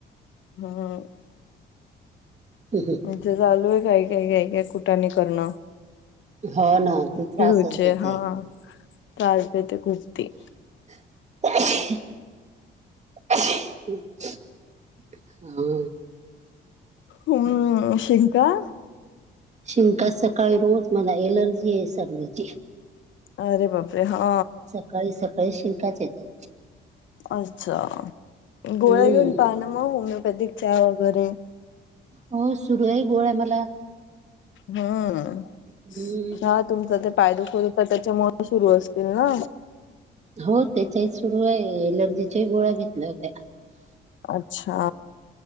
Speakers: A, on the left; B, on the right.
A: हम
B: <unintelligible>
A: म्हणजे चालू आहेय काय काय काय काय कुटाने करण.
B: हो ना. ते त्रासच
A: पिहुचे
B: देते
A: हा त्रास देते खूप ती.
B: हां
A: हम्म शिंका.
B: शिंका सकाळी रोज मला एलर्जी आहे सर्दीची.
A: अरे बापरे हा.
B: सकाळी सकाळी शिंकाच येतात.
A: अच्छा गोळ्या
B: हम्म
A: घेऊन पाहाना मग होमिओपॅथिकचा वगैरे.
B: हो. सुरू आहे गोळ्या मला.
A: हम्म
B: हम्म
A: हा तुमचा ते पायदुख आता त्याच्यामुळे सुरू असतील ना.
B: हो त्याच्याही सुरू आहे एलर्जीच्या ही गोळ्या घेतल्या होत्या.
A: अच्छा